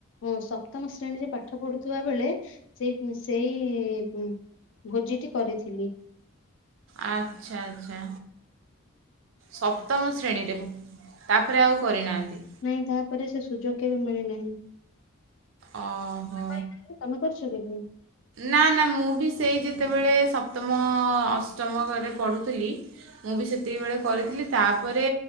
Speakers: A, on the left; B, on the right.
A: ହଁ ସପ୍ତମ ଶ୍ରେଣୀରେ ପାଠ ପଢୁଥିବା ବେଳେ ସେଇ ସେଇ <unintelligible> ଭୋଜିଟି କରିଥିଲି।
B: ଆଚ୍ଛା ଆଚ୍ଛା ସପ୍ତମ ଶ୍ରେଣୀରେ ଭୁ ତାପରେ ଆଉ କରିନାହାନ୍ତି।
A: ନାଇଁ ତାପରେ ସେ ସୁଯୋଗ କେବେ ମିଳିନାହିଁ।
B: ଓହୋ।
A: କରିନାହିଁ, ତମେ କରିଛ କେବେ?
B: ନା ନା ମୁଁ ବି ସେଇ ଯେତେବେଳେ ସପ୍ତମ, ଅଷ୍ଟମ ଘରେ ପଢ଼ୁଥିଲି ମୁଁ ବି ସେତିକିବେଳେ କରିଥିଲି ତାପରେ